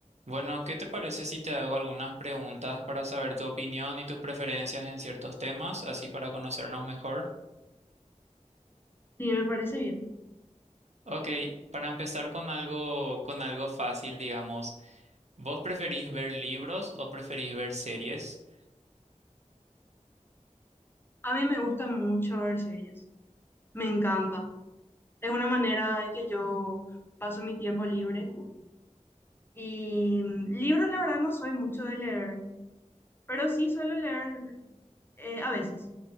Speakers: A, on the right; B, on the left.
A: Bueno, ¿qué te parece si te hago algunas preguntas para saber tu opinión y tus preferencias en ciertos temas, así para conocernos mejor?
B: Sí, me parece bien.
A: Ok, para empezar con algo, con algo fácil, digamos, ¿vos preferís ver libros o preferís ver series?
B: A mí me gusta mucho ver series. Me encanta. Es una manera en que yo paso mi tiempo libre. Y mm, libros, la verdad, no soy mucho de leer, pero sí suelo leer eh, a veces.